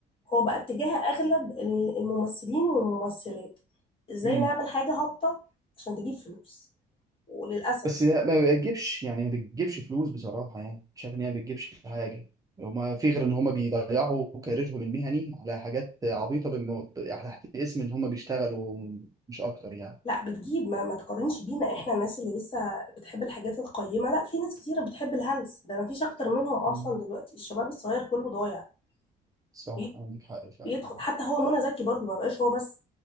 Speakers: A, on the left (about 30°); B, on the right (about 20°).
A: هو بقى اتجاه اغلب ال- الممثلين والممثلات ازاي
B: امم
A: نعمل حاجه هابطه عشان تجيب فلوس وللاسف
B: بس لا، ما بتجيبش يعني ما بتجيبش فلوس بصراحة يعني شايف إن هي ما بتجيبش حاجة وما في غير إن هما بيضيعوا كاريرهم المهني على حاجات عبيطة بالم... يعني تحت اسم إن هما بيشتغلوا مش أكتر يعني
A: لا بتجيب ما, ما تقارنش بينا احنا الناس اللي لسه بتحب الحاجات القيمه لا في ناس كتيره بتحب الهلس ده ما فيش اكتر منهم اصلا
B: مم.
A: دلوقتي الشباب الصغير كله ضايع
B: صح
A: بي-
B: عندك حق فعلا
A: بيدخل حتى هو منى زكي برضو ما بقاش هو بس